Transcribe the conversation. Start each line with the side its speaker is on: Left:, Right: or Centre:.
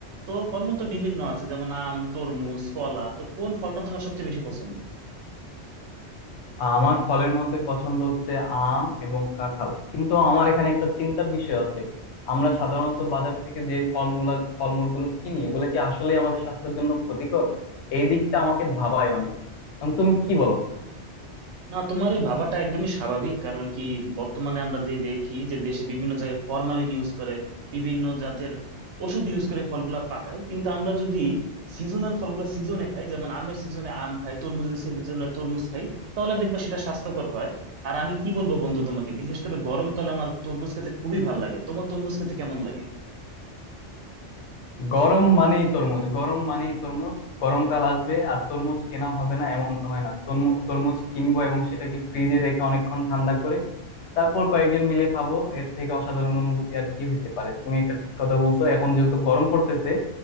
Right: তো ফলমূল তো বিভিন্ন আছে যেমন আম তরমুজ কলা তো কোন ফলটা তোমার সবচেয়ে বেশি পছন্দ
Left: আমার ফলের মধ্যে পছন্দ হচ্ছে আম এবং কাঁঠাল কিন্তু আমার এখানে একটা চিন্তার বিষয় আছে আমরা সাধারণত বাজার থেকে যে ফলমূলা ফলমূলগুলো কিনি ওগুলো কি আসলে আমাদের স্বাস্থ্যের জন্য ক্ষতিকর এই দিকটা আমাকে ভাবায় অনেক এখন তুমি কি বলো
Right: না তোমার এই ভাবাটা একদমই স্বাভাবিক কারণ কি বর্তমানে আমরা যে দেখি যে দেশে বিভিন্ন জায়গায় ফরমালিন ইউজ করে বিভিন্ন জাতের ওষুধ ইউজ করে ফলগুলা পাকায় কিন্তু আমরা যদি সিজনাল ফলগুলা সিজনে খাই যেমন আমের সিজনে আম খাই তরমুজের সিজনে তরমুজ খাই তাহলে দেখবা সেটা স্বাস্থ্যকর হয় আর আমি কি বলবো বন্ধু তোমাকে বিশেষ করে গরমকালে আমার তরমুজ খেতে খুবই ভালো লাগে তোমার তরমুজ খেতে কেমন লাগে
Left: গরম মানেই তরমুজ গরম মানেই তরমুজ গরমকাল আসবে আর তরমুজ কেনা হবে না এমন তো হয় না তরমু- তরমুজ কিনবো এবং সেটাকে ফ্রিজে রেখে অনেকক্ষণ ঠান্ডা করে তারপর কয়েকজন মিলে খাবো এর থেকে অসাধারণ অনুভূতি আর কি হইতে পারে তুমি একটা ঠিক কথা বলছো এখন যেহেতু গরম পড়তেছে